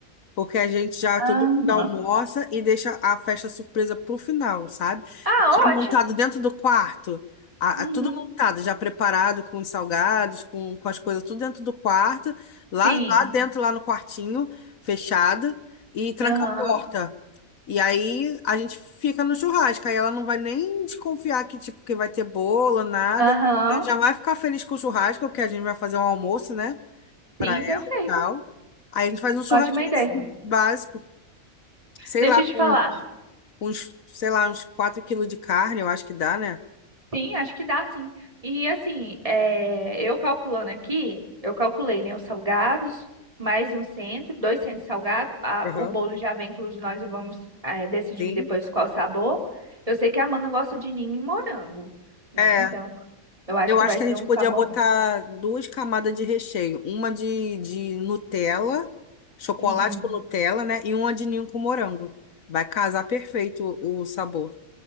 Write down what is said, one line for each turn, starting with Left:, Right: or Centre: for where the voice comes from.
Left: Porque a gente já
Right: Aham.
Left: todo mundo almoça e deixa a festa surpresa pro final, sabe?
Right: Ah,
Left: Deixa montado
Right: ótimo.
Left: dentro do quarto, a,
Right: Uhum.
Left: a- tudo montado, já preparado com os salgados, com, com as coisas, tudo dentro do quarto, lá,
Right: Sim.
Left: lá dentro, lá no quartinho, fechado, e tranca
Right: Aham.
Left: a porta. E aí a gente fica no churrasco, aí ela não vai nem desconfiar que, tipo, que vai ter bolo, nada.
Right: Aham.
Left: Ela já vai ficar feliz com o churrasco, porque a gente vai fazer um almoço, né? pra
Right: Sim,
Left: ela
Right: perfeito.
Left: e tal. Aí a gente faz um churrasquinho
Right: Ótima ideia.
Left: assim, básico, sei
Right: Deixa
Left: lá,
Right: eu te
Left: com
Right: falar.
Left: uns, sei lá, uns 4 quilos de carne, eu acho que dá, né?
Right: Sim, acho que dá, sim. E assim, é, eu calculando aqui, eu calculei, né, os salgados, mais um centro, dois centros salgados. a
Left: Aham.
Right: o bolo já vem incluso, nós vamos, é, decidir
Left: Sim.
Right: depois qual sabor. Eu sei que a Amanda gosta de ninho e morango, né?
Left: É,
Right: Então, eu acho
Left: eu
Right: que
Left: acho
Right: vai
Left: que
Right: ser
Left: a gente
Right: um
Left: podia
Right: sabor.
Left: botar
Right: bom.
Left: duas camadas de recheio, uma de, de Nutella, chocolate
Right: Uhum.
Left: com Nutella, né? E uma de ninho com morango. Vai casar perfeito o, o sabor. O